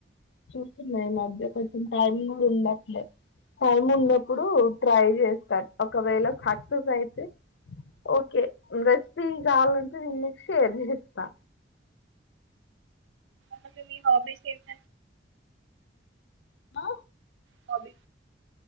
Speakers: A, on the left; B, on the right.
A: చూస్తున్నా ఈ మధ్య కొంచెం టైం కూడా ఉండట్లేదు టైం ఉన్నప్పుడు ట్రై చేస్తా ఒకవేళ సక్సెస్ అయితే ఓకే రెసిపీ కావాలంటే నేను మీకు షేర్ చేస్తా
B: అసలు మీ హాబీస్ ఎంట
A: మా
B: హబి